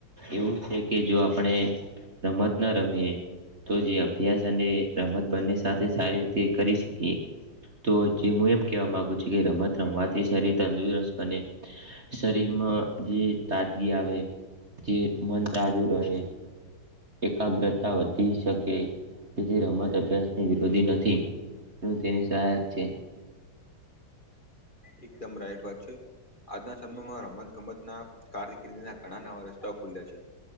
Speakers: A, on the right (about 35°); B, on the left (about 25°).
A: એવું છે કે જો આપણે રમત ન રમીએ તો જે અભ્યાસ અને રમત બંને સાથે સારી રીતે કરી શકીએ તો જે હું એમ કહેવા માગુ છું રમત રમવાથી શરીર તંદુરસ્ત બને. શરીરમાં જે તાજગી આવે તે મન તાજુ રહે. એકાગ્રતા વધી શકે તેથી રમત અભ્યાસની વિરોધી નથી. તો તેની સહાયક છે.
B: એકદમ રાઈટ વાત છે. આજના સમયમાં રમત ગમત ના કાર દકરીના ઘણા નવા રસ્તાઓ ખુલ્યા છે.